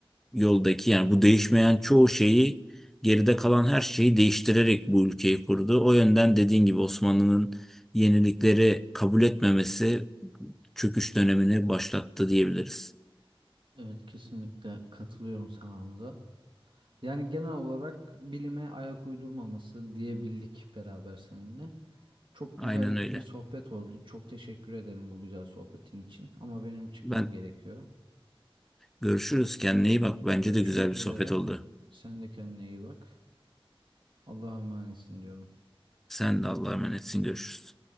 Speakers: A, in the centre; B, on the right.
A: yoldaki yani bu değişmeyen çoğu şeyi geride kalan her şeyi değiştirerek bu ülkeyi kurdu. O yönden dediğin gibi Osmanlı'nın yenilikleri kabul etmemesi çöküş dönemini başlattı diyebiliriz.
B: Evet kesinlikle katılıyorum sana Hamza. Yani genel olarak bilime ayak uydurmaması diyebildik beraber seninle. Çok güzel
A: Aynen öyle.
B: bir sohbet oldu. Çok teşekkür ederim bu güzel sohbetin için. Ama benim çıkmam
A: Ben
B: gerekiyor.
A: görüşürüz. Kendine iyi bak.
B: Görüşmek
A: Bence de güzel bir sohbet
B: üzere.
A: oldu.
B: Sen de kendine iyi bak. Allah'a emanetsin diyorum.
A: Sen de Allah'a emanetsin. Görüşürüz.